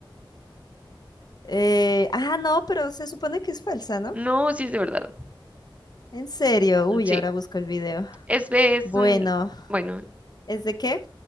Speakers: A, on the left; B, on the right.
A: Eh, ah, no, pero se supone que es falsa, ¿no?
B: No, sí es de verdad.
A: En serio,
B: Mm,
A: uy,
B: Sí.
A: ahora busco el video.
B: Es, es
A: Bueno,
B: un, bueno,
A: ¿es de qué?